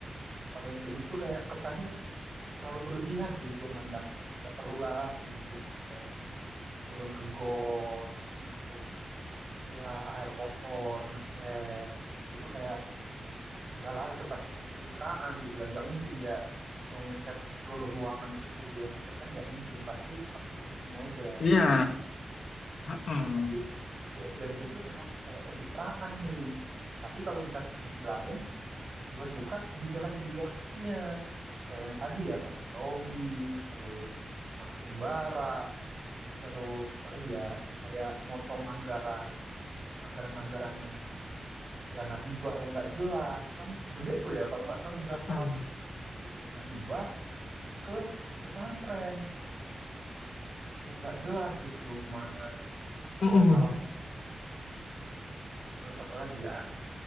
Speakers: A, on the right; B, on the left.
A: Kalau yang kayak gitu kayak kesannya terlalu berlebihan sih gua mandang. Nggak perlulah pemimpin sampai turun ke got, masuk-masuk ya air kotor, ngecat. Itu kayak udahlah itu pasti cuma pencitraan gitu kan. Nggak mungkin dia mau ngecat seluruh ruangan itu full dia yang ngecat kan nggak mungkin. Pasti pas di syuting aja.
B: iya. Heeh.
A: Nah, tapi ya dari situ memang kayak pencitraan nih. Tapi kalau di satu sisi lain gue suka kebijakan-kebijakannya kayak yang tadi ya vasektomi terus masukin bara terus apalagi ya kayak motong anggaran anggaran-anggaran yang dana hibah yang nggak jelas kan gede tuh ya kalau nggak salah berapa
B: Heeh.
A: ratus miliar gitu dana hibah ke pesantren yang nggak jelas gitu kemana
B: Heeh.
A: dan arah terus apalagi ya